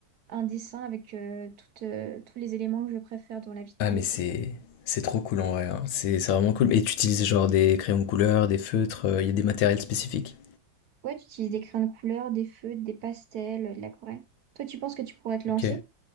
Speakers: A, on the right; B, on the left.
A: un dessin avec euh, toutes, euh, tous les éléments que je préfère dans la vie de
B: Ah,
A: tous
B: mais
A: les
B: c'est
A: jours.
B: c'est trop cool en vrai. hein. C'est c'est vraiment cool. Et tu utilises genre des crayons de couleur, des feutres, euh, il y a des matériels spécifiques?
A: Ouais, tu utilises des crayons de couleur, des feutres, des pastels, euh, de l'aquarelle. Toi, tu penses que tu pourrais te lancer
B: Ok.